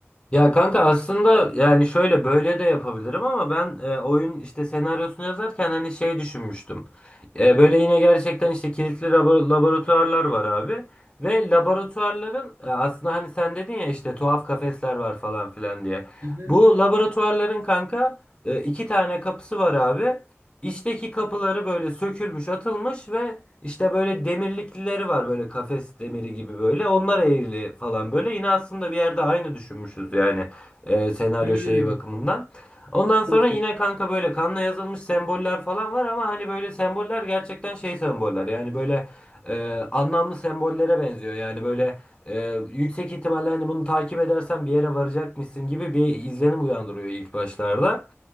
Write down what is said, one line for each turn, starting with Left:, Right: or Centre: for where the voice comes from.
Left: Ya kanka aslında yani şöyle böyle de yapabilirim ama ben e, oyun işte senaryosunu yazarken hani şey düşünmüştüm. E, böyle yine gerçekten işte kilitli labo- laboratuvarlar var abi. Ve laboratuvarların e, aslında hani sen dedin ya işte tuhaf kafesler var falan filan diye.
Right: Hı hı.
Left: Bu laboratuvarların kanka e, iki tane kapısı var abi. İçteki kapıları böyle sökülmüş, atılmış ve işte böyle demirlikleri var böyle kafes demiri gibi böyle. Onlar eğrili falan böyle. Yine aslında bir yerde aynı düşünmüşüz yani e, senaryo
Right: Hmm,
Left: şeyi bakımından. Ondan sonra
Right: çok
Left: yine
Right: iyi.
Left: kanka böyle kanla yazılmış semboller falan var ama hani böyle semboller gerçekten şey semboller. Yani böyle e, anlamlı sembollere benziyor. Yani böyle e, yüksek ihtimalle hani bunu takip edersen bir yere varacakmışsın gibi bir izlenim uyandırıyor ilk başlarda.